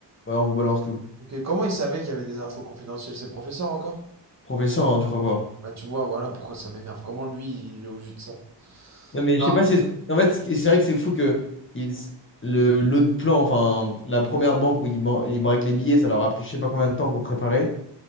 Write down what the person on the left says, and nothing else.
ouais, on vous balance tout.
Professeur, hein, tu crois quoi?
Non, mais
je sais pas si. En fait, c'est c'est vrai que c'est fou que ils- le, l'autre plan, enfin, la première banque où ils, ban- ils braquent les billets, ça leur a pris je sais pas combien de temps pour préparer.